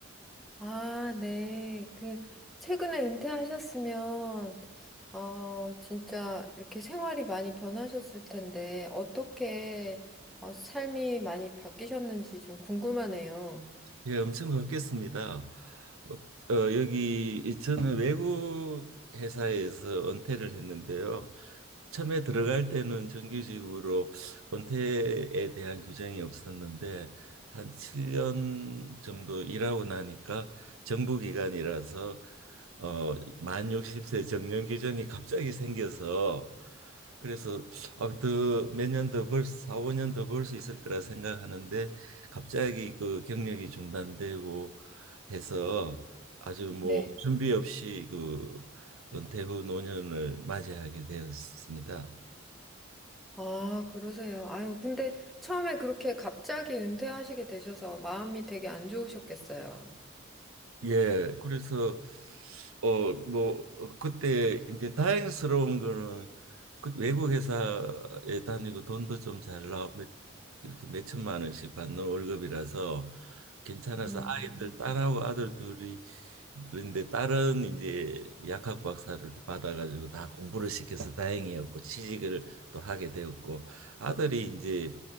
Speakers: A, in the centre; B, on the right.
A: 아, 네. 그, 최근에 은퇴하셨으면, 어, 진짜 이렇게 생활이 많이 변하셨을 텐데, 어떻게 어, 삶이 많이 바뀌셨는지 좀 궁금하네요.
B: 예, 엄청 바뀌었습니다. 어, 어, 여기 이- 저는 외국 회사에서 은퇴를 했는데요. 처음에 들어갈 때는 정규직으로 은퇴에 대한 규정이 없었는데 한 7년 정도 일하고 나니까 정부 기관이라서 어, 만 60세 정년 규정이 갑자기 생겨서 그래서 어, 더몇 년 더 벌, 사 오 년 더 벌 수 있을 거라 생각하는데 갑자기 그 경력이 중단되고 해서 아주 뭐
A: 네.
B: 준비 없이 그 은퇴 후 노년을 맞이하게 되었습니다.
A: 아, 그러세요. 아유, 근데 처음에 그렇게 갑자기 은퇴하시게 되셔서 마음이 되게 안 좋으셨겠어요.
B: 예, 그래서 어뭐 어, 그때 이제 다행스러운 거는 그 외국 회사에 다니고 돈도 좀 잘 나와 몇- 이렇게 몇 천만 원씩 받는 월급이라서 괜찮아서
A: 음,
B: 아이들 딸하고 아들 둘이 그런데 딸은 이제 약학 박사를 또 받아가지고 다 공부를 시켜서 다행이었고 취직을 또 하게 되었고 아들이 이제